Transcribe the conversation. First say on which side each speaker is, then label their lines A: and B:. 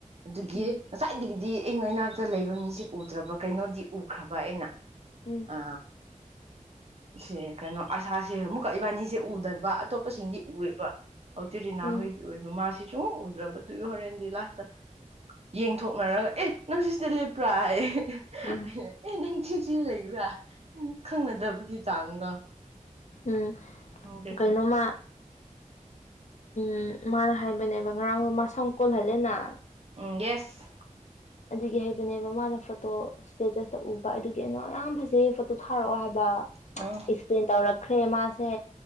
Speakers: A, on the right; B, on the left.
A: ꯑꯗꯨꯒꯤ
B: ꯎꯝ
A: ꯉꯁꯥꯏꯗꯒꯤꯗꯤ ꯑꯩꯩꯅ ꯏꯅꯥꯛꯇ ꯂꯩꯕ ꯃꯤꯁꯦ ꯎꯗ꯭ꯔꯕ ꯀꯩꯅꯣꯗꯤ ꯎꯈ꯭ꯔꯕ ꯑꯩꯅ
B: ꯎꯝ
A: ꯑ ꯁꯦ ꯀꯩꯅꯣ ꯑꯁꯥꯁꯦ ꯑꯃꯨꯛꯀ ꯏꯕꯥꯅꯤꯁꯦ ꯎꯗꯕ ꯑꯇꯣꯞꯄꯁꯤꯡꯗꯤ ꯎꯌꯦꯕ <unintelligible>
B: ꯎꯝ ꯎꯝ
A: ꯁꯨꯛꯎ ꯎꯗ꯭ꯔꯕꯗꯨ ꯌꯦꯡꯊꯣꯛꯅꯔ ꯍꯣꯔꯦꯟꯗꯤ ꯂꯥꯁꯇ ꯌꯦꯡꯊꯣꯛꯅꯔꯒ ꯑꯦ ꯅꯪ ꯁꯤꯇ ꯂꯦꯞꯄ꯭ꯔꯥ ꯑꯦ
B: ꯎꯝ
A: <unintelligible> ꯏꯖꯤꯛ ꯖꯤꯛ ꯑ ꯂꯩꯕꯔꯥ ꯈꯪꯅꯗꯕꯒꯤ ꯆꯥꯡꯗꯣ
B: ꯎꯝ
A: ꯑꯗꯨꯒꯤ
B: ꯀꯩꯅꯣꯃ ꯎꯝ ꯃꯥꯅ ꯍꯥꯏꯕꯅꯦꯕ ꯉꯔꯥꯡꯗꯣ ꯃꯥ ꯁꯝ ꯀꯣꯜꯍꯜꯂꯦꯅ
A: ꯎꯝ ꯌꯦꯁ
B: ꯑꯗꯨꯒꯤ ꯍꯥꯏꯕꯅꯦꯕ ꯃꯥꯅ ꯐꯣꯇꯣ ꯁ꯭ꯇꯦꯇꯁ ꯎꯕ ꯑꯗꯨꯒꯤ ꯑꯩꯅ ꯌꯥꯝ ꯐꯖꯩꯌꯦ ꯐꯣꯇꯣ ꯊꯥꯔꯛꯑꯣ ꯍꯥꯏꯕ
A: ꯎꯝ
B: <unintelligible> ꯀ꯭ꯔꯦꯃꯥꯁꯦ